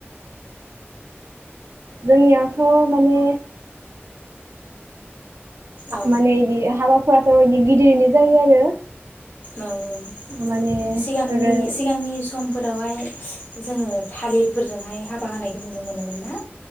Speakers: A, on the right (about 80°); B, on the left (about 50°).
A: जोंनियाथ' माने
B: औ
A: मानेदि हाबा फोरथ' बिदि गिदिरनो जायो आरो।
B: औ औ
A: माने
B: सिगांनि
A: ओरै
B: सिगांनि समफोर फोरावहाय जोङो थालिरफोरजोंहाय हाबा होनायखौ नुनो मोनोमोन ना?